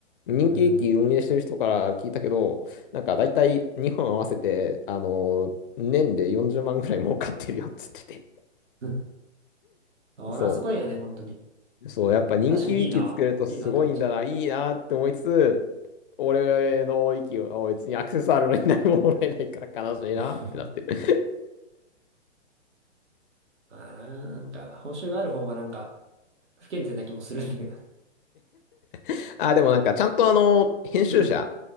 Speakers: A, on the left; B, on the right.
A: 人気ウィキ運営してる人から聞いたけど、
B: はいはいはい
A: なんか大体日本合わせて、あの、年で40万ぐらい儲かってるよっつってて。
B: うんあら、
A: そ
B: すごいよね、本当に。
A: う。そう、やっぱ人気ウィキ作るとすごいんだな、
B: 確かにいいな。いいなと思っちゃう。
A: いいなって思いつつ、俺の息を別にアクセスあるのに何ももらえないから悲しいなってなってる。
B: うん <laughs> あー、なんか、報酬がある方がなんか、不健全な気もするんだけどね。
A: <laughs> あ、でもなんかちゃんとあの、編集者
B: うん。